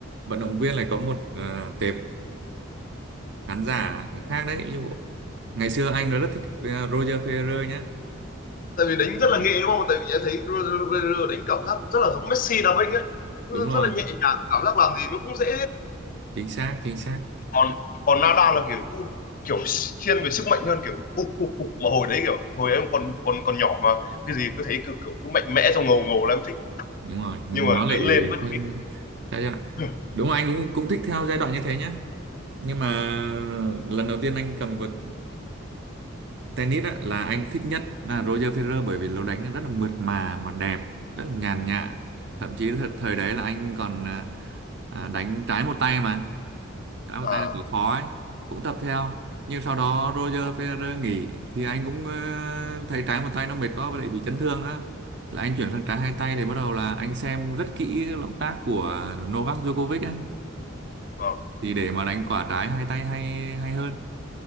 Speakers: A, on the right; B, on the left.
A: vận động viên lại có một ờ, tệp khán giả khác đấy. Ví dụ ngày xưa anh rất thích ờ, Roger Federer nhá.
B: tại vì đánh rất
A: À,
B: là nghệ đúng không tại vì em thấy Federer đánh cảm giác rất là giống Messi đá banh ấy rất
A: đúng rồi,
B: rất là nhẹ nhàng cảm giác làm gì nó cũng dễ
A: chính xác, chính xác.
B: còn còn Nada là kiểu cũng kiểu thiên về sức mạnh hơn kiểu ục ục ục mà hồi đấy kiểu hồi em còn còn còn nhỏ mà cái gì cứ thấy cứ kiểu cứ mạnh mẽ xong ngầu ngầu là em thích
A: đúng rồi nó
B: nhưng mà
A: lại
B: lớn lên mất
A: thiên- theo giai đoạn
B: <laughs>
A: đúng rồi, anh cũng cũng thích theo giai đoạn như thế nhá nhưng mà lần đầu tiên anh cầm vợt tennis á, là anh thích nhất là Roger Federer bởi vì lối đánh rất là mượt mà mà đẹp rất là nhàn nhã thậm chí th- thời đấy là anh còn à, à, đánh trái một tay mà cái bàn
B: à
A: tay là cửa khó ấy cũng tập theo nhưng sau đó Roger Federer nghỉ thì anh cũng ờ, thấy trái một tay nó mệt quá và lại bị chấn thương đó là anh chuyển sang trái hai tay để bắt đầu là anh xem rất kỹ cái động tác của Novak Djokovic ấy
B: vâng
A: thì để mà đánh quả trái hai tay hay hay hơn